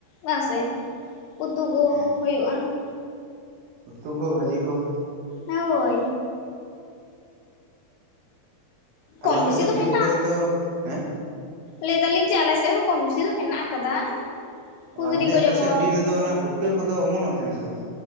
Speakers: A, on the left; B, on the right.
A: ᱵᱟᱝᱥᱮ ᱩᱛᱩ ᱠᱚ
B: ᱦᱮᱸ
A: ᱦᱳᱭᱳᱜ-ᱟ ᱾
B: ᱩᱛᱩ ᱠᱚ ᱵᱷᱟᱹᱡᱤ ᱠᱚ ᱾
A: ᱦᱳᱭ ᱾
B: ᱛᱟᱦᱚᱞᱮ
A: ᱠᱚᱢ
B: ᱟᱯᱮᱥᱮᱫ
A: ᱵᱮᱥᱤ ᱫᱚ ᱢᱮᱱᱟᱜᱼᱟ
B: ᱵᱤᱨ ᱠᱚᱨᱮ ᱫᱚ ᱦᱮᱸ
A: ᱞᱟᱹᱭ ᱫᱟᱞᱤᱧ ᱡᱮ ᱟᱞᱮ ᱥᱮᱫ ᱦᱚᱸ ᱠᱚᱢ ᱵᱮᱥᱤ ᱫᱚ ᱢᱮᱱᱟᱜ ᱟᱠᱟᱫᱟ᱾
B: ᱚ
A: ᱠᱩᱸᱫᱽᱨᱤ
B: ᱢᱮᱱᱫᱟᱹᱧ
A: ᱠᱚ
B: ᱟᱯᱮ
A: ᱡᱮᱢᱚᱱ
B: ᱥᱮᱫ ᱵᱤᱨ ᱨᱮᱫᱚ ᱚᱱᱟ ᱯᱩᱴᱠᱟᱹ ᱠᱚᱫᱚ ᱚᱢᱚᱱᱚᱜ ᱛᱟᱦᱮᱱᱟ ᱥᱮ ᱵᱟᱝ?